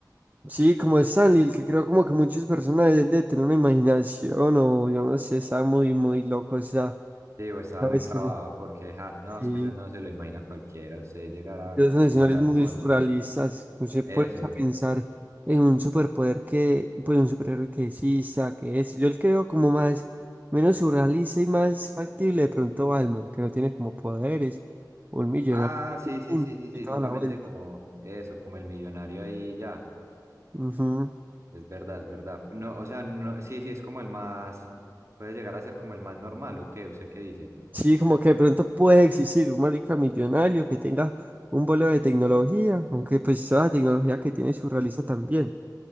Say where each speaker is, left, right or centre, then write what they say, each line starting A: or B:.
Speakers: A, on the right (about 25°); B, on the right (about 40°).
A: Sí, como Stanley, el que creo como que muchos personajes él de tener una imaginación o yo no sé, está muy, muy loco, o sea,
B: Sí, o estaba
A: ¿sabes
B: muy trabado
A: que Sí.
B: porque, ah, no,
A: sí.
B: es que eso no se lo imagina cualquiera, usted llegará
A: Los nacionales
B: como a tal
A: muy
B: punto.
A: surrealistas. No se puede
B: Eso.
A: pensar en un superpoder que, pues un superhéroe que exista, que es. Yo el creo como más, menos surrealista y más factible de pronto Batman, que no tiene como poderes, un millonario
B: Ah, sí, sí,
A: y
B: sí, sí, sí,
A: y toda
B: solamente
A: la vuelta.
B: como eso, como el millonario ahí ya.
A: Ujú.
B: Es verdad, es verdad. No, o sea, no, sí, sí, es como el más, puede llegar a ser como el más normal, ¿o qué? ¿Usted qué dice?
A: Sí, como que de pronto puede existir un marica millonario que tenga un vuelo de tecnología, aunque pues toda la tecnología que tiene surrealista también.